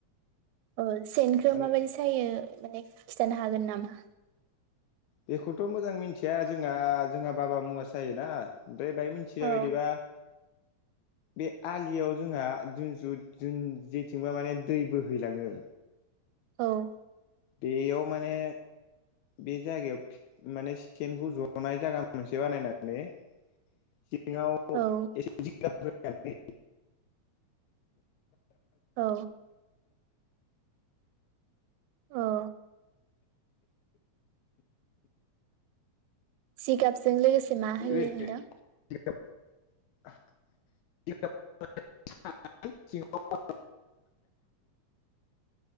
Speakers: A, on the right (about 80°); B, on the left (about 80°).
A: औ सेनखो
B: माने
A: माबायदि सायो माने खिन्थानो हागोन नामा।
B: बेखौथ' मोजां मिथिया जोंहा जोंहा बाबा मुवा जायोना ओमफ्राय बाय मिथिय
A: औ
B: बायदिबा <inaudible> बे आलियाव जोंहा जुनसु जुन जेथिंबा माने दै बोहैलाङो
A: औ
B: बेयाव माने बे जायगायाव माने सटेनखौ जनाय जायगा मोनसे बानायनानै <unintelligible>
A: औ
B: <unintelligible>
A: औ औ सिगाबजों लोगोसे मा
B: <unintelligible>
A: होयो होनदों
B: <unintelligible>